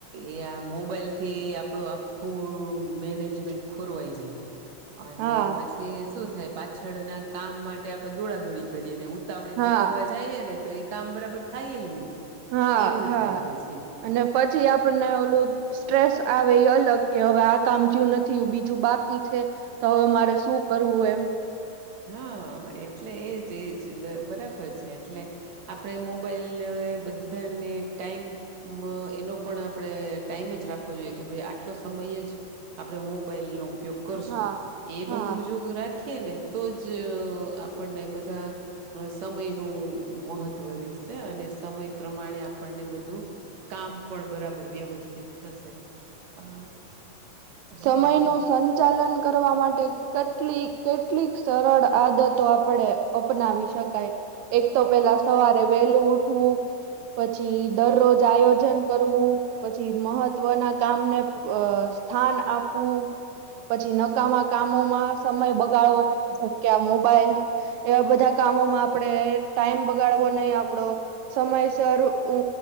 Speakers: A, on the right (about 60°); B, on the right (about 80°).
A: એ આ મોબાઈલ થી આપણું આખું મેનેજમેન્ટ ખોરવાઈ જાય અને
B: હા
A: પછી શું થાય પાછળના કામ માટે આપણે દોડાદોડી કરીએને ઉતાવડેથી
B: હા
A: કરવાર જાએને તો એ કામ બરાબર થાય નહી
B: હા
A: એવું
B: હા.
A: થાય પછી
B: અને પછી આપણને ઓલું સ્ટ્રેસ આવે એ અલગ કે હવે કામજયું નથી બીજું બાકી છે, તો હવે મારે શું કરવું એમ?
A: હા એટલે એજ એજ બરાબર છે, એટલે આપડે મોબાઈલને બધાને ટાઈમ એનો પણ આપણે ટાઈમ જ રાખવો જોઈએ કે ભાઈ આટલો સ મય જ આપણે મોબાઈલનો ઉપયોગ કરશું
B: હા
A: એ
B: હા
A: બધું જો રાખીએ ને તો જ આપણને બધા સમયનું મહત્ત્વ રહેશે અને સમય પ્રમાણે આપણને બધું કામ પણ બરાબર વ્યવસ્થિત થશે અ.
B: સમય
A: હા
B: નું સંચાલન કરવા માટે કટલી કેટલીક સરળ આદતો આપણે અપનાવી શકાય એક તો તો પેલા સવારે વહેલું ઉઠવું પછી દરરોજ આયોજન કરવું પછી મહત્વના કામને અ સ્થાન આપવું પછી નકામા કામોમાં સમય બગાડવો નહી જેમ કે આ મોબાઈલ એવા બધા કામોમાં આપડે ટાઈમ બગાડવો નહીં આપડો સમયસર ઉ